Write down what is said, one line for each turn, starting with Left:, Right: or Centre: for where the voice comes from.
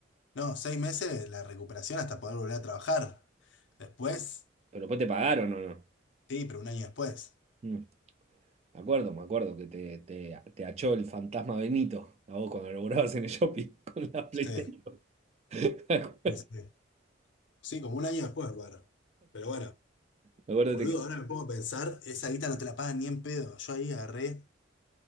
Left: No, seis meses la recuperación hasta poder volver a trabajar. Después,
Right: Pero después te pagaron o no.
Left: sí, pero un año después.
Right: Mm. Me acuerdo, me acuerdo que te, te, te achó el fantasma Benito a vos cuando laburabas en el shopping <laughs> con la PlayStation.
Left: Sí,
Right: <laughs>
Left: sí, sí. Sí, como un año después, bueno. Pero bueno,
Right: Me acuerdo
Left: boludo,
Right: que te...
Left: ahora me pongo a pensar, esa guita no te la pagan ni en pedo. Yo ahí agarré,